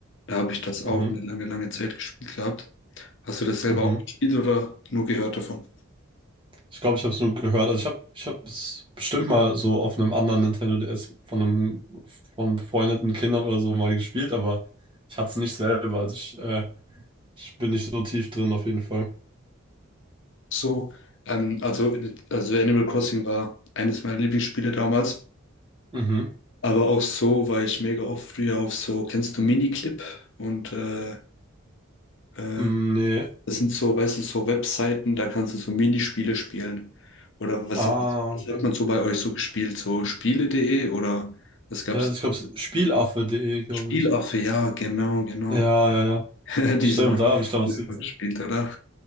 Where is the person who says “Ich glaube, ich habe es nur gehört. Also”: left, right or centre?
Right